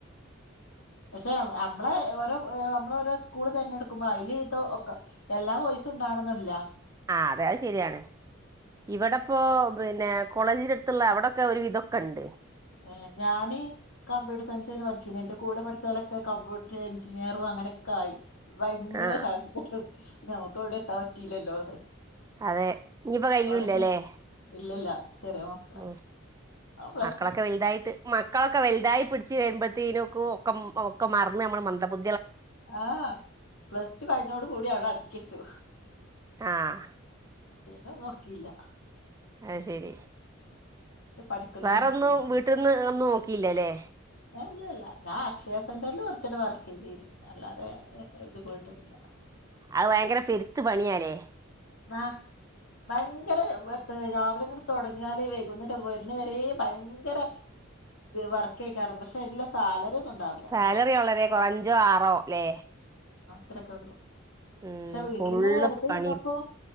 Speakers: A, on the left; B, on the right.
A: പക്ഷെ നമ്മളെ ഓരോ മം നമ്മൾ ഓരോ സ്കൂൾ തെരഞ്ഞെടുക്കുമ്പോൾ അതില് ഇത് ഒക്കെ എല്ലാ വോയിസ് ഉണ്ടാകണമെന്നില്ല.
B: ആ അത് ശെരിയാണ് ഇവിടെപ്പോ പിന്നെ കോളേജ് അടുത്തുള്ള അവിടൊക്കെ ഒരു വിധം ഒക്കെ ഉണ്ട്.
A: ഹ് ഞാന് കമ്പ്യൂട്ടർ സയൻസിന് പഠിച്ചിരുന്നു. എന്റെ കൂടെ പഠിച്ചവരൊക്കെ കമ്പ്യൂട്ടർ എൻജിനീയർ അങ്ങനെയൊക്കെ ആയി. ഭയങ്കര
B: ആ
A: സാകൂട്ട് നോ വിടെ എത്താ പറ്റില്ലല്ലോ അതെ
B: അതെ ഇനിയിപ്പോ കയ്യൂല്ലല്ലേ
A: രക്കെ ഇല്ലില്ല ചെറിയ മക്കള
B: ഉം
A: ആ പ്ല
B: മക്കളൊക്കെ വലുതായിട്ട് മക്കളൊക്കെ വലുതായി പിടിച്ച് വരുമ്പഴേത്തേനൊക്കു ഒക്കം ഒക്കെ മറന്ന് നമ്മൾ മന്ദബു
A: ആഹ് പ്ലസ് ടു കഴിഞ്ഞോട് കൂടി അ കിച്ചു
B: ആഹ്
A: പിനെ നോക്കില്ല
B: അയ്ശരി
A: പഠിക്കല്
B: വേറെന്ന്
A: നടക്കൂല
B: വീട്ടിൽന്ന് ഒന്ന് നോക്കി ഇല്ലല്ലേ.
A: ഇല്ല ഇല്ല ഞാൻ അക്ഷയ സെന്ററിൽ കുറച്ചിട വർക്ക് ചെയ്തീനി അല്ലാതെ ഇത് പോയിട്ടൊന്നില്ല.
B: അത് ഭയങ്കര പെരുത്ത് പണിയാനേ
A: ആ ഭയങ്കര രാവിലെങ്ങട് തൊടങ്ങിയാല് വൈകുന്നേരവരണവരെയും ഭയങ്കര വർക്കയിക്കാറും പക്ഷെ അയിനുള്ള സാലറി ഒന്നും ഉണ്ടാവില്ല
B: സാലറി വളരെ കു അഞ്ചോ ആറോ ല്ലേ
A: ത്രക്കെള്ളൂ.
B: ഉം
A: പക്ഷെ വീട്ടിലിങ്ങനെ
B: ഫുള്ള്
A: വെറുതെ
B: പണി
A: ഇരുന്നപ്പോ